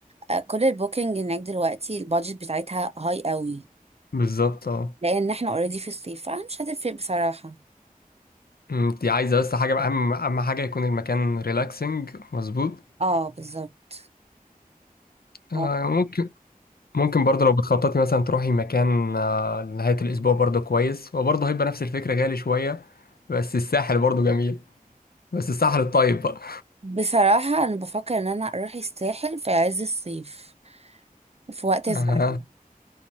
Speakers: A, on the right; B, on the left.
A: آه، كل البوكينج هناك دلوقتي البادجت بتاعتها هاي قوي
B: بالظبط اه
A: لان احنا اوريدي في الصيف فانا مش هتفرق بصراحة
B: انت عايزة بس حاجة اهم اهم حاجة يكون المكان ريلاكسنج مظبوط
A: اه بالظبط
B: آه،
A: اه
B: ممكن ممكن برضه لو بتخططي مثلا تروحي مكان آه، لنهاية الأسبوع برضه كويس هو برضه هيبقى نفس الفكرة غالي شوية بس الساحل برضه جميل بس الساحل الطيب بقى
A: بصراحة أنا بفكر إن أنا أروح الساحل في عز الصيف وفي وقت
B: أها
A: الزحمة